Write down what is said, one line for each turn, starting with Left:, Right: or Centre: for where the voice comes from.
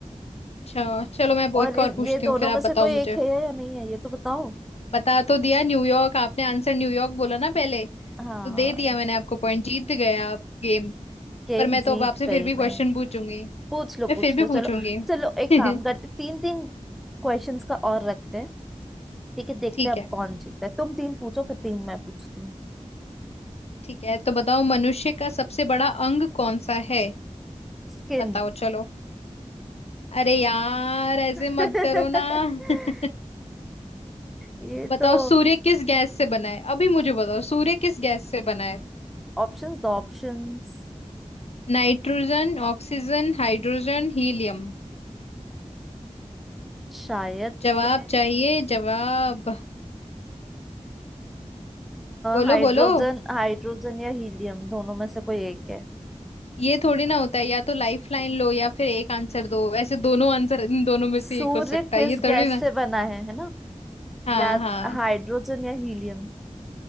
Left: अच्छा चलो मैं वो
Centre: और
Left: एक
Centre: इ-
Left: और पूछती
Centre: ये दोनों
Left: हूँ फिर
Centre: में
Left: आप बताओ
Centre: से कोई
Left: मुझे
Centre: एक है या नहीं है ये तो बताओ
Left: बता तो दिया न्यूयॉर्क आपने आंसर न्यूयॉर्क बोला ना पहले तो
Centre: हाँ
Left: दे दिया मैंने आपको पॉइंट जीत गए आप गेम
Centre: गेम
Left: पर मैं
Centre: जीत
Left: तो अब आपसे
Centre: गई
Left: फिर भी
Centre: मैं
Left: क्वेश्चन पूछूंगी
Centre: पूछ लो
Left: मैं फिर
Centre: पूछ
Left: भी
Centre: लो
Left: पूछूंगी
Centre: चलो
Left: <laughs>
Centre: चलो एक काम करते तीन तीन क्वेश्चंस का और रखते हैं ठीक है देखते
Left: ठीक
Centre: हैं अब
Left: है
Centre: कौन जीतता है तुम तीन पूछो फिर तीन मैं पूछती हूँ
Left: ठीक है तो बताओ मनुष्य का सबसे बड़ा अंग कौन सा है
Centre: स्किन
Left: बताओ चलो अरे यार ऐसे
Centre: <laughs>
Left: मत करो ना <laughs>
Centre: ये
Left: बताओ
Centre: तो
Left: सूर्य किस गैस से बना है अभी मुझे बताओ सूर्य किस गैस से बना है
Centre: ऑप्शंस दो ऑप्शंस
Left: Nitrogen oxygen hydrogen helium
Centre: शायद
Left: जवाब
Centre: से
Left: चाहिए जवाब बोलो
Centre: हाइड्रोजन
Left: बोलो
Centre: हाइड्रोजन या हीलियम दोनों में से कोई एक है
Left: ये थोड़ी ना होता है या तो लाइफ लाइन लो या फिर एक आंसर दो ऐसे दोनों आंसर इन दोनों में से
Centre: सूर्य
Left: एक हो सकता
Centre: किस
Left: है ये थोड़ी
Centre: गैस
Left: ना
Centre: से बना है है ना
Left: हाँ
Centre: या
Left: हाँ
Centre: हाइड्रोजन या हीलियम